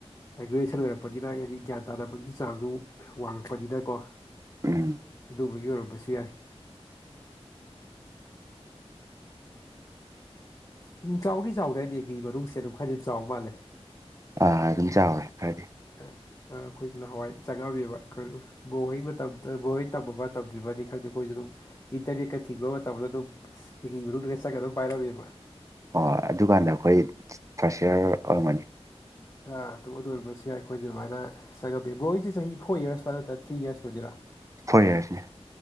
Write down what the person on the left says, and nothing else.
ꯒ꯭ꯔꯦꯖꯨꯑꯌꯦꯁꯟ ꯑꯣꯏꯔꯛꯄꯅꯤꯅ ꯍꯥꯏꯗꯤ ꯒ꯭ꯌꯥꯟ ꯇꯥꯅꯕꯒꯤ ꯆꯥꯡꯁꯨ ꯋꯥꯡꯉꯛꯄꯅꯤꯅꯀꯣ
ꯑꯗꯨꯕꯨꯒꯤ ꯑꯣꯏꯔꯝꯕꯁꯨ ꯌꯥꯏ ꯎꯝ ꯆꯥꯎꯗꯤ ꯆꯥꯎꯗꯥꯏꯅꯦꯒꯤ ꯃꯅꯨꯡꯁꯦ ꯑꯗꯨꯝ ꯈꯔꯗꯤ ꯑꯗꯨꯝ ꯆꯥꯎ ꯃꯥꯜꯂꯦ
ꯍꯥ ꯍꯥ ꯑꯩꯈꯣꯏꯁꯨ ꯅꯍꯋꯥꯏ ꯆꯪꯉꯛꯑꯃꯃꯦꯕꯥ ꯑꯩꯈꯣꯏ ꯕꯣꯍꯩ ꯃꯇꯝꯗ ꯕꯣꯍꯩ ꯇꯝꯕ ꯃꯇꯝꯗꯨꯃꯗꯤ ꯈꯪꯗꯦ ꯑꯩꯈꯣꯏꯁꯨ ꯗꯨꯝ ꯏꯟꯇꯔꯅꯦꯠꯀ ꯊꯤꯡꯕ ꯃꯇꯝꯗ ꯑꯗꯨꯝ ꯏꯤꯒꯤ ꯃꯅꯨꯡꯗꯒ ꯆꯪꯉꯥꯒ ꯑꯗꯨꯝ ꯄꯥꯏꯔꯝꯃꯦꯕ
ꯑꯥ ꯇꯧꯒꯗꯧꯔꯤꯕꯁꯦ ꯑꯩꯈꯣꯏꯁꯦ ꯗꯨꯃꯥꯏꯅ ꯆꯪꯉꯕꯗꯤ ꯕꯣꯏ ꯁꯦ ꯆꯍꯤ ꯐꯣꯔ ꯏꯌꯔꯁꯇꯥ ꯅꯠꯇ꯭ꯔ ꯊ꯭ꯔꯤ ꯏꯌꯔꯁ ꯑꯣꯏꯗꯣꯏꯔꯥ?